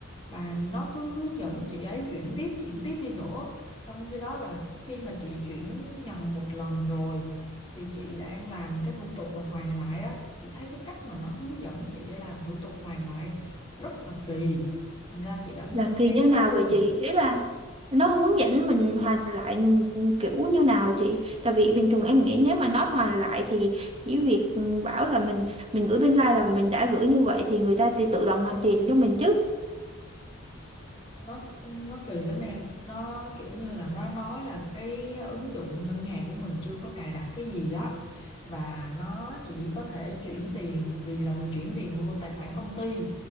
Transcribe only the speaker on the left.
và nó cứ hướng dẫn chị ấy chuyển tiếp chuyển tiếp đi nữa trong khi đó là khi mà chị chuyển nhầm một lần rồi thì chị đang làm cái thủ tục là hoàn lại á thì chị thấy cái cách mà nó hướng dẫn chị để làm thủ tục hoàn lại rất là kỳ thành ra chị đã ngưng
ngay
lúc
đó luôn
nó nó kỳ lắm em nó kiểu như là nó nói là cái ứng dụng ngân hàng của mình chưa có cài đặt cái gì á và nó chỉ có thể chuyển tiền vì là mình chuyển tiền vô tài khoản công ty